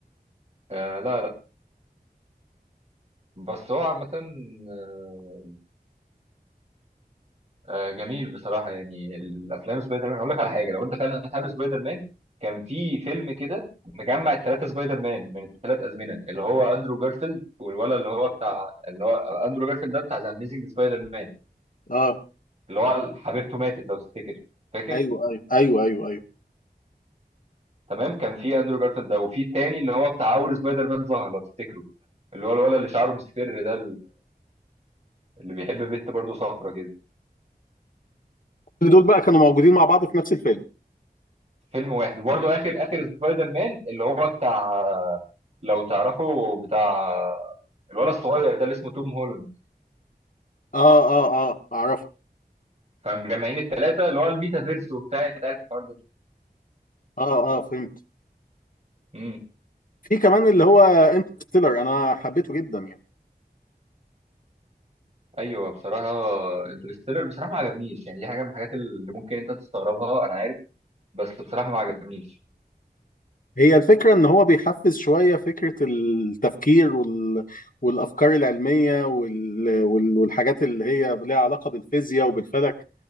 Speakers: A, on the right; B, on the left.
A: آه لا لا بس هو عامه آه آه، جميل بصراحه يعني الافلام سبايدر مان هقول لك على حاجه لو انت فعلا حابب سبايدر مان كان في فيلم كده مجمع الثلاثه سبايدر مان من الثلاث ازمنه اللي هو اندرو جارفيلد والولد اللي هو بتاع اللي هو اندرو جارفيلد ده بتاع ذا اميزنج سبايدر مان
B: اه
A: اللي هو حبيبته ماتت لو تفتكر فاكر
B: ايوه ايوه ايوه ايوه ايوه
A: تمام كان في اندرو جارفيلد ده وفي التاني اللي هو بتاع اول سبايدر مان ظهر لو تفتكره اللي هو الولد اللي شعره مصفر ده اللي بيحب بنت برضه صفرة كده
B: كل دول بقى كانوا موجودين مع بعض في نفس الفيلم
A: فيلم واحد وبرضه اخر اخر سبايدر مان اللي هو بتاع لو تعرفه بتاع الولد الصغير ده اللي اسمه توم هولاند
B: اه اه اه اعرف
A: فمجمعين التلاتة اللي هو الميتافيرس وبتاع انت عارف الحوار ده
B: اه اه فهمت
A: امم
B: في كمان اللي هو انترستيلر انا حبيته جدا يعني
A: ايوه بصراحه انترستيلر بصراحه ما عجبنيش يعني دي حاجه من الحاجات اللي ممكن انت تستغربها انا عارف بس بصراحه ما عجبنيش
B: هي الفكرة إن هو بيحفز شوية فكرة التفكير وال... والأفكار العلمية وال... وال... والحاجات اللي هي ليها علاقة بالفيزياء وبالفلك